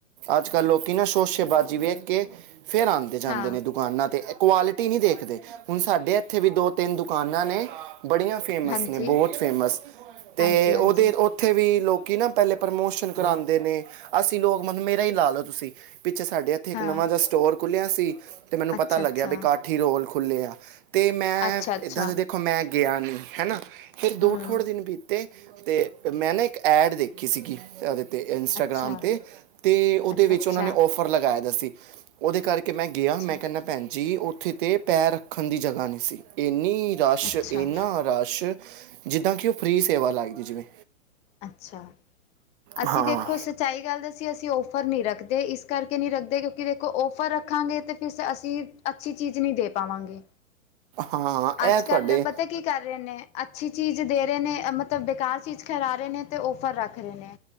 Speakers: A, on the right (about 40°); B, on the left (about 15°).
A: ਅੱਜ ਕੱਲ ਲੋਕੀ ਨਾ ਸ਼ੋਸ਼ੇਬਾਜ਼ੀ ਵੇਖ ਕੇ ਫਿਰ ਆਂਦੇ ਜਾਂਦੇ
B: ਹਾਂ
A: ਨੇ ਦੁਕਾਨਾਂ ਤੇ। ਕੁਆਲਿਟੀ ਨੀ ਦੇਖਦੇ, ਹੁਣ ਸਾਡੇ ਇੱਥੇ ਵੀ ਦੋ ਤਿੰਨ ਦੁਕਾਨਾਂ ਨੇ ਬੜੀਆਂ। ਫੇਮਸ
B: ਹਾਂਜੀ
A: ਨੇ ਬਹੁਤ ਫੇਮਸ, ਤੇ
B: ਹਾਂਜੀ ਹਾਂਜੀ
A: ਉਹਦੇ ਉਹ ਉੱਥੇ ਵੀ ਲੋਕ ਨਾ ਪਹਿਲੇ ਪ੍ਰਮੋਸ਼ਨ ਕਰਾਦੇ ਨੇ ਅਸੀਂ ਲੋਕ ਮਤਨਬ ਮੇਰਾ ਹੀ ਲਾ ਲਓ ਤੁਸੀਂ। ਪਿੱਛੇ ਸਾਡੇ ਇੱਥੇ ਇੱਕ
B: ਹਾਂ
A: ਨਵਾਂ ਜਿਹਾ ਸਟੋਰ ਖੁੱਲਿਆ ਸੀ, ਤੇ ਮੈਨੂੰ
B: ਅੱਛਾ
A: ਪਤਾ ਲੱਗਿਆ
B: ਅੱਛਾ
A: ਵੀ ਕਾਠੀ ਰੋਲ ਖੁੱਲ੍ਹੇ ਆ। ਤੇ ਮੈਂ
B: ਅੱਛਾ ਅੱਛਾ
A: ਇੱਦਾਂ ਦਾ ਦੇਖੋ ਮੈਂ ਗਿਆ ਨੀ ਹਨਾ ਫਿਰ ਦੋ
B: ਹਮ
A: ਥੋੜ੍ਹੇ ਦਿਨ ਬੀਤ ਤੇ-ਤੇ, ਮੈਂ ਨਾ ਇਕ ਐਡ ਦੇਖੀ ਸੀਗੀ ਓਦੇ ਤੇ ਇੰਸਟਾਗ੍ਰਾਮ
B: ਅੱਛਾ
A: ਤੇ, ਤੇ ਓਦੇ
B: ਅੱਛਾ-ਅੱਛਾ,
A: ਵਿੱਚ ਓਨਾਂ ਨੇ ਔਫਰ ਲਗਾਇਆ ਦਾ ਸੀ ਓਦੇ ਕਰ ਕਿ, ਮੈਂ ਗਿਆ
B: ਅੱਛਾ,
A: ਮੈਂ
B: ਅੱਛਾ,
A: ਕੈਨਾ, ਭੈਨ ਜੀ ਓੱਥੇ ਤੇ ਪੈਰ ਰੱਖਣ ਦੀ ਜਗ੍ਹਾ ਨੀ ਸੀ ਏਨੀ ਰਸ਼
B: ਅੱਛਾ।
A: ਏਨਾਂ ਰਸ਼, ਜਿੱਦਾਂ ਕਿ ਓਹ ਫ੍ਰਰੀ ਸੇਵਾ ਲਾਈ ਦੀ ਜਿਵੇਂ।
B: ਅੱਛਾ, ਅਸੀਂ
A: ਹਾਂ
B: ਦੇਖੋ ਸੱਚਾਈ ਗੱਲ ਦਸੀਏ ਅਸੀਂ ਔਫਰ ਨੀ ਰੱਖਦੇ ਇਸ ਕਰਕੇ ਨੀ ਰੱਖਦੇ, ਕਿਉਕਿ ਦੇਖੋ ਔਫਰ ਰੱਖਾਂਗੇ ਤਾਂ ਫਿਰ ਅਸੀਂ ਅੱਛੀ ਚੀਜ਼ ਨੀ ਦੇ ਪਾਵਾਂਗੇ।
A: ਹਾਂ ਇਹ
B: ਅੱਜ-ਕੱਲ੍ਹ
A: ਤੁਹਾਡੇ
B: ਪਤਾ ਕੀ ਕਰ ਰੇ ਨੇ, ਅੱਛੀ ਚੀਜ਼ ਦੇ ਰੇ ਨੇ ਮਤਲਬ ਬੇਕਾਰ ਚੀਜ਼ ਖਵਾ ਰੇ ਨੇ ਤੇ ਔਫਰ ਰੱਖ ਰੇ ਨੇ।